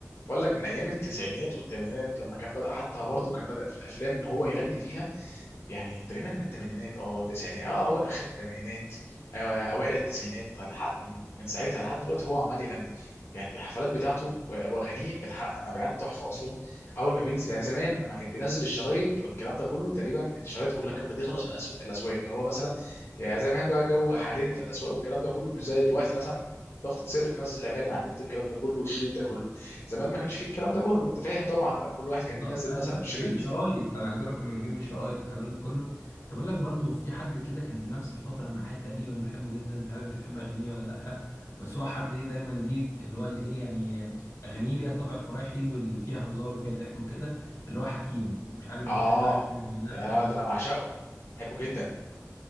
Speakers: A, on the left; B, on the left.
A: بقول لك من ايام التسعينات والثمانينات لما كان بدأ حتى برضه كان بدأ في الافلام ان هو يغني فيها يعني تقريبا من الثمانينات اه تسعينات اه أو اخر الثمانينات آه، اوائل التسعينات فالحق من من ساعتها لحد دلوقتي هو عمال يغني يعني الحفلات بتاعته و- واغانيه بتحقق مبيعات تحفه اصلا اول ما بينزل يعني زمان لما كان بينزل الشرايط والكلام ده كله تقريبا الشرايط كلها كانت بتخلص من الاسواق الاسواق اللي هو مثلا يعني زمان بقى جو حاليا في الاسواق والكلام ده كله مش زي دلوقتي مثلا ضغطة سر تنزل اغاني على النت والكلام ده كله والشريط ده كله زمان ما كانش فيه الكلام ده كله انت فاهم طبعا بقى كل واحد كان
B: بالظبط
A: بينزل
B: ايوه
A: مثلا
B: ايوه
A: الشريط
B: كان شرايط انا عايز اقول لك كنا بنجيب الشرايط الكلام ده كله طب اقول لك برضه في حد كده كان في نفس الفتره معايا تقريبا بحبه جدا مش عارف بتحب اغانيه ولا لا بس هو حد ايه دايما ليه اللي هو الايه يعني اغانيه ليها الطابع الفرايحي واللي فيها هزار وفيها ضحك وكده اللي هو حكيم مش عارف
A: اه
B: بتحب حكيم ولا
A: يا
B: لا
A: ده انا بعشقه بحبه جدا